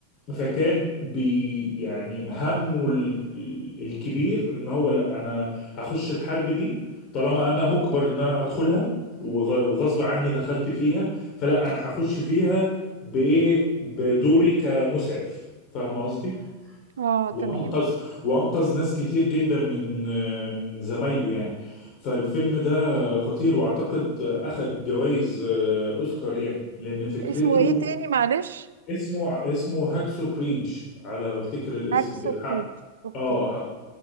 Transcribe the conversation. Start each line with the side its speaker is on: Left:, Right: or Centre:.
Left: فكان بي يعني همه ال- الكبير ان هو لا انا هخش الحرب دي طالما انا مجبر ان انا ادخلها وغ- وغصب عني دخلت فيها فلا انا هخش فيها بايه بدوري كمسعف فاهم قصدي
Right: اه
Left: وانقذ
Right: تمام
Left: وانقذ ناس كتير جدا من من زمايله يعني فالفيلم ده خطير واعتقد اخد جوائز آه، اوسكار يعني لان فكرته
Right: اسمه ايه تاني معلش
Left: اسمه اسمه هاكسو بريدج على ما افتكر الاسم
Right: اكسو
Left: كده
Right: بريدج
Left: حق
Right: اوكي
Left: اه حق